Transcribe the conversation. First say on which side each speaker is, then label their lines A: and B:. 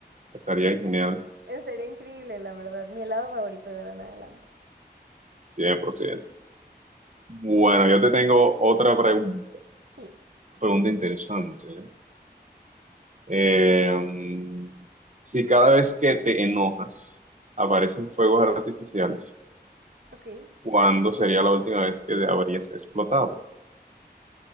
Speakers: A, on the right (about 45°); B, on the right (about 75°).
A: Estaría genial,
B: estaría increíble, la verdad. Mi helado favorito de ahora en adelante.
A: 100%. Bueno, yo te tengo otra pregu-
B: Sí,
A: pregunta interesante. Eh, mm, si cada vez que te enojas aparecen fuegos artificiales,
B: ok.
A: ¿cuándo sería la última vez que habrías explotado?